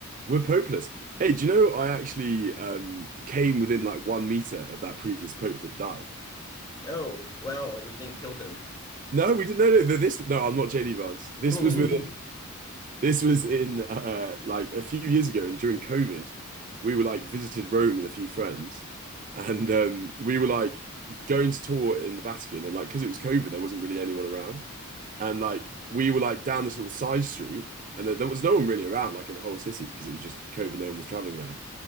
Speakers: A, on the right; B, on the left.
A: We're popeless. Hey, do you know I actually um, came within like one meter of that previous pope that died?
B: Oh, well, and you didn't kill him.
A: No, we didn't. No, no, th- this. No, I'm not JD Vance. This
B: <laughs>
A: was with. This was in uh, like a few years ago, and during COVID, we were like visited Rome with a few friends, and um, we were like going to tour in the Vatican, and like because it was COVID, there wasn't really anyone around, and like we were like down this little side street, and there there was no one really around, like in the whole city, because it was just COVID. No one was traveling there